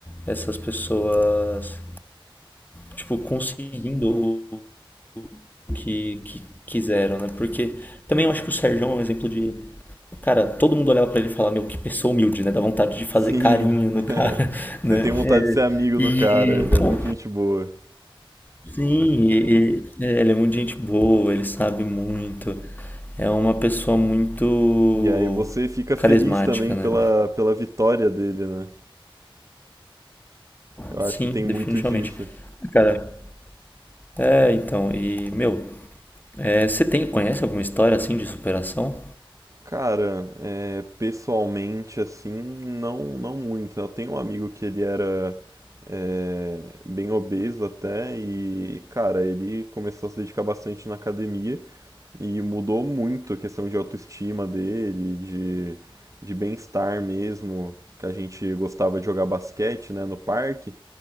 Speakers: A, on the left; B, on the right.
A: essas pessoas, tipo, conseguindo o que, que quiseram, né? Porque também eu acho que o Sérgio é um exemplo de. Cara, todo mundo olhava pra ele e falava, meu, que pessoa humilde, né? Dá vontade de fazer
B: Sim,
A: carinho no
B: <laughs>
A: cara, <laughs> né?
B: você tem vontade de ser amigo
A: E,
B: do cara, ele é
A: pô,
B: muito gente boa.
A: sim, e- e- é, ele é muito gente boa, ele sabe muito. É uma pessoa muito
B: E aí você fica feliz
A: carismática,
B: também
A: né?
B: pela, pela vitória dele, né? Eu
A: Sim,
B: acho que tem
A: definitivamente.
B: muito disso.
A: Cara, É, então, e, meu, é, você tem, conhece alguma história assim de superação?
B: Cara, é, pessoalmente, assim, não, não muito. Eu tenho um amigo que ele era é, bem obeso até, e, cara, ele começou a se dedicar bastante na academia. E mudou muito a questão de autoestima dele, de, de bem-estar mesmo, que a gente gostava de jogar basquete, né, no parque,